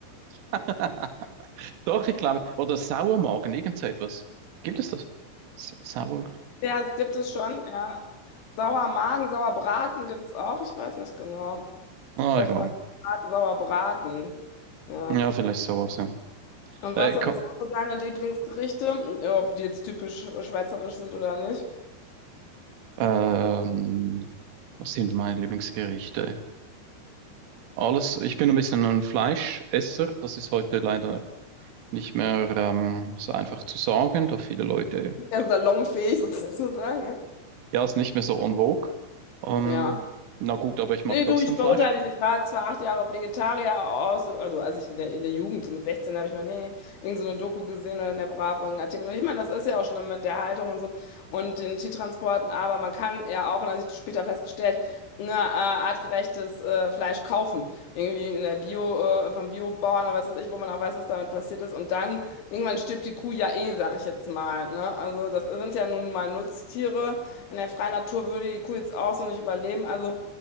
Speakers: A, on the right (about 80°); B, on the left (about 70°).
A: <laughs> Doch, ich glaube. Oder Sauermagen, irgend so etwas. Gibt es das? S Sauermagen.
B: Ja, es gibt es schon, ja. Sauermagen, Sauerbraten gibt es auch, ich weiß nicht genau.
A: Ah,
B: Vielleicht
A: egal.
B: war es Brat- Sauerbraten. Ja.
A: Ja, vielleicht sowas, ja.
B: Und
A: Äh,
B: was sind
A: komm,
B: sonst so deine Lieblingsgerichte? Ja, Ob die jetzt typisch schweizerisch sind oder nicht?
A: ähm, was sind meine Lieblingsgerichte? Alles, ich bin ein bisschen ein Fleischesser. Das ist heute leider nicht mehr ähm, so einfach zu sagen, da viele Leute
B: Ja, salonfähig <laughs> sozusagen,
A: Ja, ist nicht mehr so en vogue. Ähm,
B: ja. Ja.
A: na gut, aber ich mag
B: Nee,
A: trotzdem
B: du, ich verurteile
A: Fleisch.
B: dich nicht. Ich war zwar acht Jahre Vegetarier aus, also als ich in der, in der Jugend, so mit 16, habe ich mal, nee, irgend so eine Doku gesehen oder in der Bravo einen Artikel. Und ich meine, das ist ja auch schlimm mit der Haltung und so und den Tiertransporten, aber man kann ja auch, und das habe ich später festgestellt, ne, äh, artgerechtes äh, Fleisch kaufen. Irgendwie in der Bio, äh, vom Biobauern oder was weiß ich, wo man auch weiß, was damit passiert ist. Und dann, irgendwann stirbt die Kuh ja eh, sage ich jetzt mal. Ne? Also das sind ja nun mal Nutztiere. In der freien Natur würde die Kuh jetzt auch so nicht überleben. Also